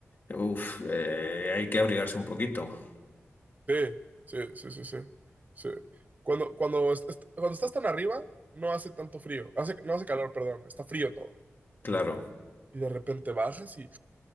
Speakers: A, on the left; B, on the right.
A: uf, eh, hay que abrigarse un poquito.
B: Sí, sí, sí, sí, sí. sí. Cuando, cuando, est- est- cuando estás tan arriba, no hace tanto frío. Hace, no hace calor, perdón, está frío todo.
A: Claro.
B: Y de repente bajas y